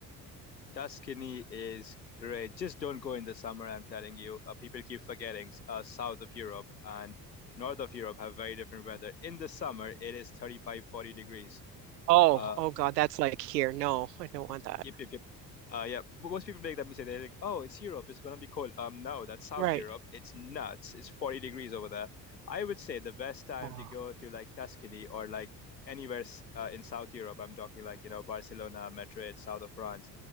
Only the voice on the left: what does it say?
Tuscany is great. Just don't go in the summer, I'm telling you. Uh, people keep forgetting uh, south of Europe and north of Europe have very different weather. In the summer, it is 35, 40 degrees.
Uh,
Yep, yep, yep. Uh, yeah, but most people make that mistake. They're like, "Oh, it's Europe. It's gonna be cold." Um, no, that's South
Europe. It's nuts. It's 40 degrees over there. I would say the best time
to go to like Tuscany or like anywhere s- uh, in South Europe. I'm talking like, you know, Barcelona, Madrid, south of France,